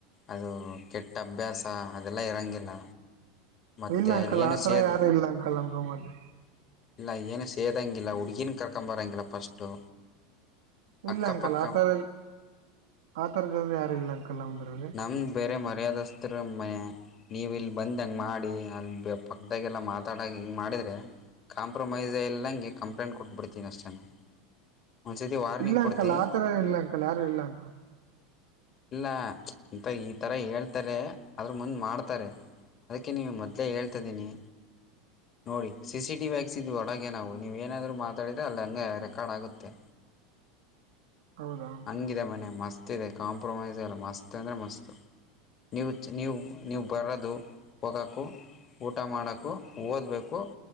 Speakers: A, on the left; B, on the right.
A: ಅದು ಕೆಟ್ಟ ಅಭ್ಯಾಸ ಅದೆಲ್ಲ ಇರೋಂಗಿಲ್ಲ. ಮತ್ತು
B: ಇಲ್ಲ ಅಂಕಲ್
A: ಏನು
B: ಆ ತರ
A: ಸೇದ್
B: ಯಾರು ಇಲ್ಲ ಅಂಕಲ್ ನಮ್ ರೂಮಲ್ಲಿ.
A: ಇಲ್ಲ ಏನು ಸೇದಂಗಿಲ್ಲ ಹುಡುಗೀನ ಕರ್ಕೊಂಬರೋಂಗಿಲ್ಲ ಫಸ್ಟು.
B: ಇಲ್ಲ
A: ಅಕ್ಕಪಕ್ಕ
B: ಅಂಕಲ್ ಆ ತರ ಆತರ ಜನ ಯಾರು ಇಲ್ಲ ಅಂಕಲ್ ನಮ್ದ್ರಲ್ಲಿ.
A: ನಮ್ಗೆ ಬೇರೆ ಮರ್ಯಾದಸ್ರ ಮನೆ. ನೀವ್ ಇಲ್ ಬಂದ್ ಹಂಗ್ ಮಾಡಿ ಅಲ್ಲಿ ಪಕ್ಕದಾಗೆಲ್ಲ ಮಾತಾಡ ಹಿಂಗೆ ಮಾಡಿದ್ರೆ. ಕಾಂಪ್ರಮೈಸ್ ಆ ಇಲ್ಲಂಗೆ ಕಂಪ್ಲೇಂಟ್ ಕೊಟ್ಬಡ್ತೀನ ಅಷ್ಟೇ ನಾನು. ಒಂದು ಸರ್ತಿ ವಾರ್ನಿಂಗ್
B: ಇಲ್ಲ
A: ಕೊಡ್ತೀನಿ
B: ಅಂಕಲ್ ಆ ತರ ಇಲ್ಲ ಅಂಕಲ್ ಯಾರು ಇಲ್ಲ ಅಂಕಲ್.
A: ಇಲ್ಲ ಅಂತ ಇತರ ಹೇಳ್ತಾರೆ ಅದ್ರ ಮುಂದೆ ಮಾಡ್ತಾರೆ. ಅದಕ್ಕೆ ನೀಮ್ಗೆ ಮೊದ್ಲೇ ಹೇಳ್ತಾದ್ದೀನಿ.
B: <inaudible>
A: ನೋಡಿ ಸಿ ಸಿ ಟಿ ವಿ ಹ್ಯಕ್ಸಿದ್ವಿ ಒಳಗೇ ನಾವು ನೀವು ಏನಾದ್ರೂ ಮಾತಾಡಿದರೆ ಅಲ್ಲಿ ಹಂಗೆ ರೆಕಾರ್ಡ್ ಆಗುತ್ತೆ.
B: <inaudible> ಹೌದಾ ಅಂಕಲ್
A: ಹೆಂಗಿದೆ ಮನೆ ಮಸ್ತದೆ ಕಾಂಪ್ರೊಮೈಸ್ ಎಲ್ಲ ಮಸ್ತ್ ಅಂದ್ರೆ ಮಸ್ತು. ನೀವು ನೀವು ನೀವು ಬರೋದು ಹೋಗೋಕು. ಊಟ ಮಾಡೋಕು ಓದಬೇಕು